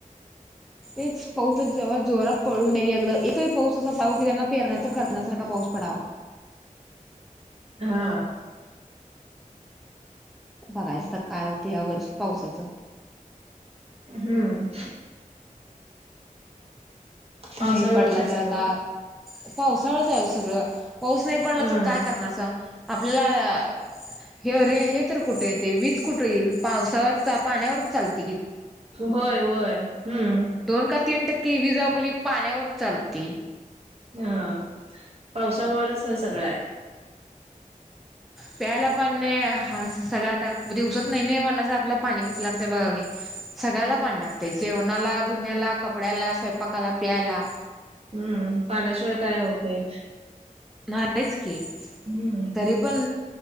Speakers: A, in the centre; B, on the right.
A: एक पाऊस जेव्हा जोरात पळूनेली अगदा एकरी पाऊसा असचा पा भाू की त्यांना पेरण्या तर करण्यासारखा पाऊस पडावा
B: हा
A: बघायचं तर काय होत त्यावर्षी पावसाचं
B: हम्म पावसावरच
A: नाही पडला
B: आहे सगळं
A: तर आता पावसाळच आहे सगळं पाऊस नाही पडला
B: हा
A: तर काय करणार अस आपल्याला हे अरे हे तर कुठे येते वीज कुठे येईल पावसावर पाण्यावर चालत
B: होय होय हम्म
A: दोन का तीन टक्के विज आपली पाण्यावरच चालते
B: हा पावसावरच सगळं आहे
A: प्यायला पण नाही हात सगळ आता दिवसांत नाही नाही म्हणलासा आपल पाणी किती लागतय बघा की सगळ्याला पाणी लागते जेवणाला धुण्याला कपड्याला, स्वयंपाकाला, पियायला
B: हम्म पाण्याशिवाय काय होतय
A: नाहीच की
B: हम्म.
A: तरी पण